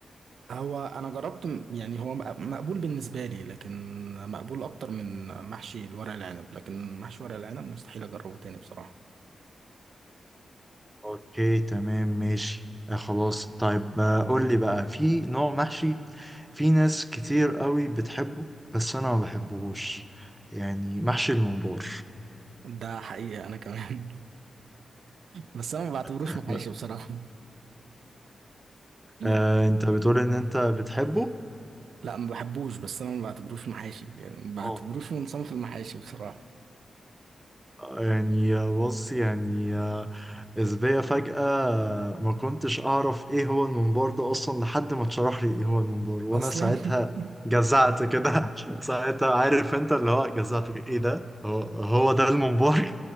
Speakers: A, on the right; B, in the centre.
A: هو انا جربت م- يعني هو مق- مقبول بالنسبه لي لكن مقبول اكتر من محشي الورق العنب لكن محشي ورق العنب مستحيل اجربه تاني بصراحه
B: اوكي تمام ماشي آه خلاص طيب آه، قول لي بقى في نوع محشي في ناس كتير قوي بتحبه بس انا ما بحبهوش يعني محشي الممبار
A: ده حقيقه انا كمان <laughs> بس انا ما بعتبروش
B: <laughs>
A: محاشي بصراحة <laughs>
B: آه انت بتقول ان انت بتحبه
A: لا ما بحبوش بس انا ما بعتبروش محاشي يعني ما بعتبروش
B: اه
A: من صنف المحاشي بصراحة
B: يعني آه، بص يعني آه، إزاي فجأة ما كنتش أعرف إيه هو المنبار ده أصلا لحد ما اتشرح لي إيه هو المنبار وأنا
A: اصلا
B: ساعتها
A: <laughs>
B: جزعت كده <laughs> ساعتها عارف أنت اللي هو جزعت كده، إيه ده؟ هو هو ده المنبار؟